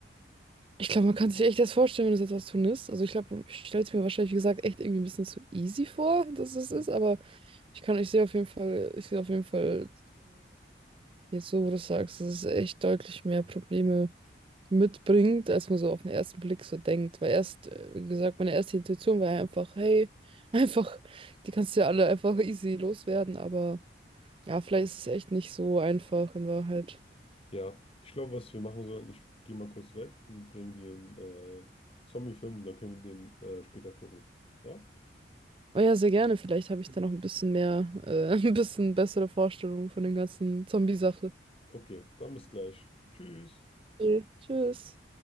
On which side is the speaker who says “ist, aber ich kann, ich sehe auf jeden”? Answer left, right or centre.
Right